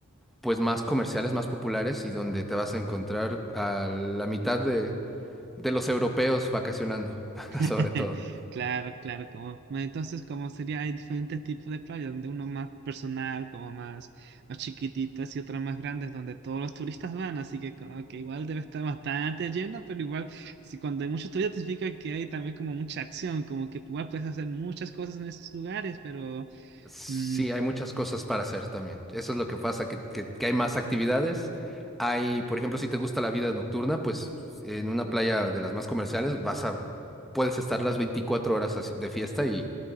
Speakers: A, in the centre; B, on the right.
A: pues más comerciales, más populares y donde te vas a encontrar a la mitad de, de los europeos vacacionando, <laughs>
B: <laughs>
A: sobre todo.
B: Claro, claro, como entonces como sería, hay diferentes tipos de playas, donde uno más personal, como más, más chiquititas y otras más grandes, donde todos los turistas van, así que como que igual debe estar bastante lleno, pero igual, si cuando hay muchos turistas significa que hay también como mucha acción, como que igual puedes hacer muchas cosas en esos lugares, pero
A: Sí,
B: mm,
A: hay muchas cosas para hacer también. Eso es lo que pasa, que, que- que hay más actividades. Hay, por ejemplo, si te gusta la vida nocturna, pues en una playa de las más comerciales vas a, puedes estar las 24 horas así de fiesta y,